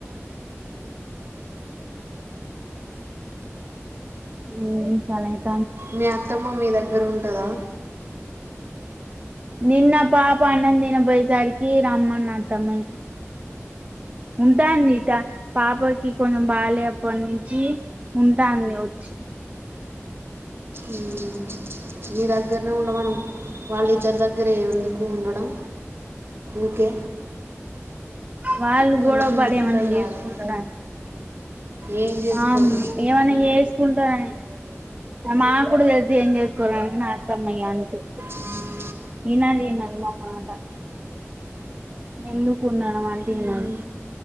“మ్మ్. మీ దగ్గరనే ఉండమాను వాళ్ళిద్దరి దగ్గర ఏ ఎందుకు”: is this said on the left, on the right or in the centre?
Right